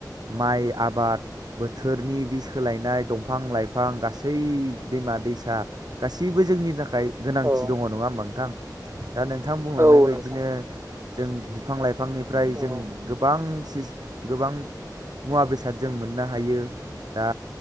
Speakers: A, on the right; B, on the right.
A: माइ आबाद बोथोरनि बे सोलाय नाय दंफां-लाइफां गासै दैमा दैसा गाससिबो जोंनि थाखाय गोनांथि
B: औ
A: दङ नङा होमबा नोंथां दा नोंथां बुंलांनाय
B: औ
A: बायदिनो
B: नोंथां
A: जों बिफां-लाइफां बिफांनिफ्राय
B: औ
A: जों गोबां सि गोबां मुवा बेसाद जों मोननो हायो दा